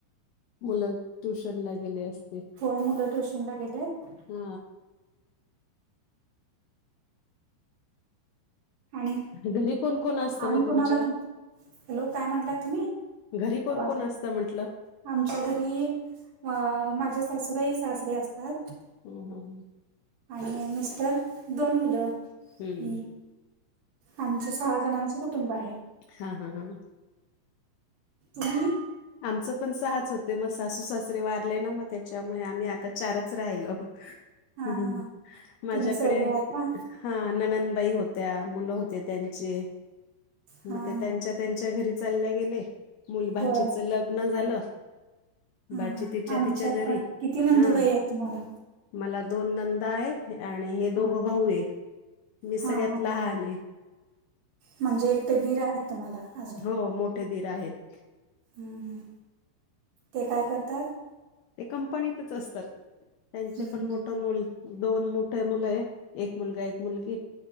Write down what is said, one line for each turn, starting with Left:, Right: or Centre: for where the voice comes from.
Left: मुलं ट्युशन ला गेले असते.
Right: होय मुलं ट्युशन ला गेलेत.
Left: हा
Right: आणि
Left: घरी कोण कोण असतं
Right: आणि
Left: मग
Right: कुणाला
Left: तुमच्या
Right: तुम हॅलो काय म्हटलात तुम्ही?
Left: घरी कोण
Right: आवाज
Left: कोण
Right: आहे.
Left: असत म्हंटलं.
Right: आमच्या घरी अ माझ्या सासूबाई सासरे असतात.
Left: हम् हम् हम्
Right: आणि मिस्टर दोन मुलं
Left: हम्म
Right: मी आमचं सहा जणांचं कुटुंब आहे.
Left: हा हा हा
Right: हा
Left: आमचं पण सहाच होते मग सासू सासरे वारले ना मग त्याच्यामुळे आम्ही आता चारच राहिलो.
Right: हां,
Left: हम
Right: हां.
Left: माझ्याकडे
Right: तुम्ही चौघे आहे का?
Left: हा ननंदबाई होत्या मुलं होते त्यांचे
Right: हां,
Left: मग ते
Right: हां.
Left: त्यांच्या त्यांच्या घरी चालल्या गेले मुलीचं
Right: होय
Left: लग्न झालं.
Right: हा
Left: बाची
Right: हा
Left: तिच्या
Right: आमच्यात
Left: तिच्या घरी
Right: पण किती नंदुबाई
Left: हा
Right: आहेत तुम्हाला
Left: मला दोन नंदा आहे आणि हे दोघ
Right: हा
Left: भाऊ आहे मी सगळ्यात
Right: हा
Left: लहान आहे.
Right: म्हणजे एकटे बीर आहेत तुम्हाला अजून
Left: हो मोठे दीर आहेत.
Right: हम्म हम् ते काय करतात.
Left: ते कंपनीतच असतात त्यांचे
Right: हम्म, हम्म.
Left: पण मोठ मोल दोन मोठे मुलं आहे एक मुलगा एक मुलगी.